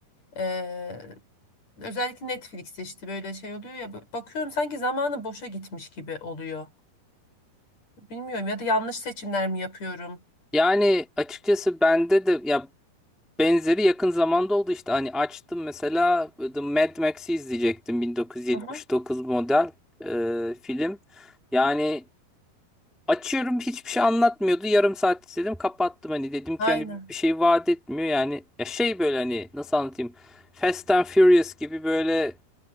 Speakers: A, on the left; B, in the centre.
A: Ee, özellikle Netflix'te işte böyle şey oluyor ya bakıyorum sanki zamanı boşa gitmiş gibi oluyor. Bilmiyorum ya da yanlış seçimler mi yapıyorum?
B: Yani açıkçası bende de ya Benzeri yakın zamanda oldu işte. Hani açtım mesela The Mad Max'i izleyecektim. 1979
A: Aha.
B: model e, film. Yani açıyorum hiçbir şey anlatmıyordu. Yarım saat izledim kapattım. Hani dedim
A: Aynen.
B: ki hani bir şey vaat etmiyor. Yani ya şey böyle hani nasıl anlatayım. Fast and Furious gibi böyle